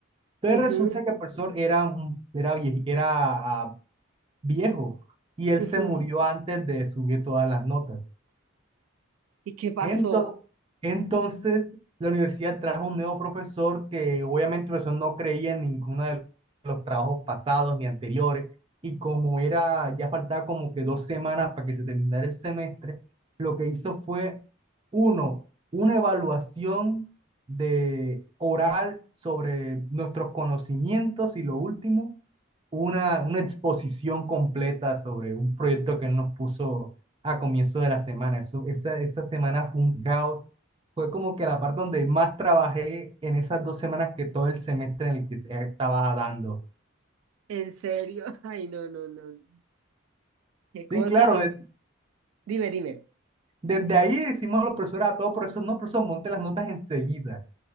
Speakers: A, on the right; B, on the right.
A: Entonces
B: Ujú,
A: resulta que el profesor era, un- era, vie- era ah, viejo y él
B: ujú.
A: se murió antes de subir todas las notas.
B: ¿Y qué pasó?
A: Ento- entonces, la universidad trajo un nuevo profesor que obviamente el profesor no creía en ninguno de los trabajos pasados ni anteriores. Y como era, ya faltaba como que dos semanas para que se terminara el semestre, lo que hizo fue, uno, una evaluación de oral sobre nuestros conocimientos y lo último, una, una exposición completa sobre un proyecto que él nos puso a comienzo de la semana. Eso, esa, esa semana fue un caos. Fue como que la parte donde más trabajé en esas dos semanas que todo el semestre en el que eh, estaba dando.
B: ¿En serio? <laughs> Ay, no, no, no. no. ¿Qué
A: Sí,
B: cosa?
A: claro, de-
B: Dime, dime.
A: desde ahí decimos a los profesores, a todos profesor, no, profesor, monte las notas enseguida.